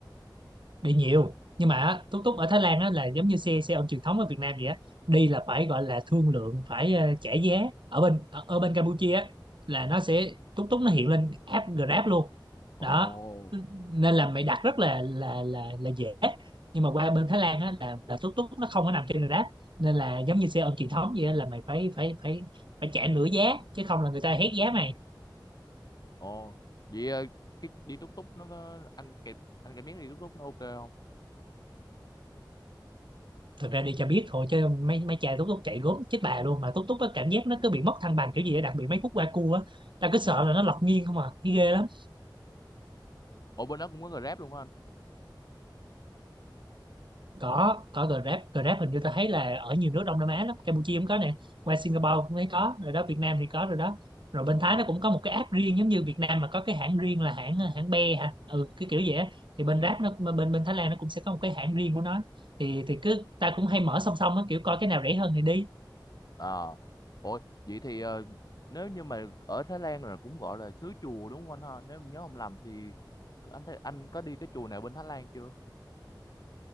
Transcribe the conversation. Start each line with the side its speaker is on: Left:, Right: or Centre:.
Right: bị nhiều nhưng mà á, túc túc ở Thái Lan á, là giống như xe xe ôm truyền thống ở Việt Nam vậy á đi là phải gọi là thương lượng phải ờ, trả giá ở bên ở, ở bên Campuchia á, là nó sẽ túc túc nó hiện lên app Grab luôn
Left: Ồ,
Right: đó nên là mày đặt rất là là là là dễ nhưng mà qua bên Thái Lan á là là túc túc nó không có nằm trên Grab nên là giống như xe ôm truyền thống vậy á, là mày phải phải phải phải trả nửa giá chứ không là người ta hét giá mày
Left: Ồ, vậy ờ, cái đi túc túc nó có anh kịp anh kịp biết đi túc túc nó ok không?
Right: thực ra đi cho biết thôi chứ mấy mấy cha Túc Túc chạy gốm chết bà luôn mà Túc Túc á, cảm giác nó cứ bị mất thăng bằng kiểu gì á, đặc biệt mấy khúc qua cua á ta cứ sợ là nó lật nghiêng không à thấy ghê lắm
Left: Ủa bên đó cũng có Grab luôn hả anh?
Right: có có Grab Grab hình như ta thấy là ở nhiều nước Đông Nam Á lắm Campuchia cũng có nè qua Singapore cũng thấy có rồi đó Việt Nam thì có rồi đó rồi bên
Left: Ừ.
Right: Thái nó cũng có một cái app riêng giống như Việt Nam mà có cái hãng riêng là hãng hãng Be hả ừ cái kiểu vậy á thì
Left: Ừ.
Right: bên Grab nó bên bên Thái Lan nó cũng sẽ có một cái hãng riêng của nó thì thì cứ ta cũng hay mở song song á kiểu coi cái nào rẻ hơn thì đi
Left: À, ôi vậy thì ờ, nếu như mà ở Thái Lan là cũng gọi là xứ chùa đúng không anh ha? Nếu mình nhớ không lầm thì anh thấy anh có đi cái chùa nào bên Thái Lan chưa?